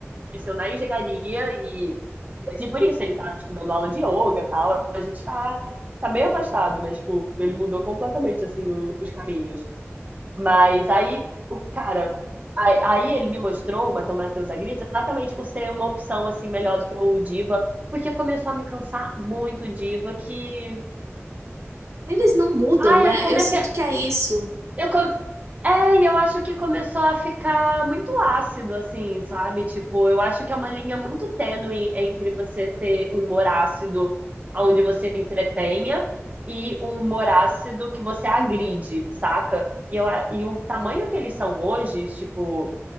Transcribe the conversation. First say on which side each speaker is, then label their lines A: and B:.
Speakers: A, on the right (about 30°); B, on the right (about 75°).
A: conheceu na engenharia e hoje por isso ele tá, tipo, dando aula de yoga e tal, a gente tá, tá bem afastado, mas, tipo, ele mudou completamente, assim, o- os caminhos. Mas aí, o cara, aí, aí ele me mostrou o Matão Matheus Agrita exatamente por ser uma opção assim melhor do que o Diva, porque começou a me cansar muito o Diva que,
B: Eles não mudam,
A: ai,
B: né?
A: eu comecei,
B: Eu sinto que é isso.
A: eu com- é, e eu acho que começou a ficar muito ácido assim, sabe? Tipo, eu acho que é uma linha muito tênue entre você ter um humor ácido onde você entretenha e um humor ácido que você agride, saca? E, eu, a- e o tamanho que eles são hoje, tipo,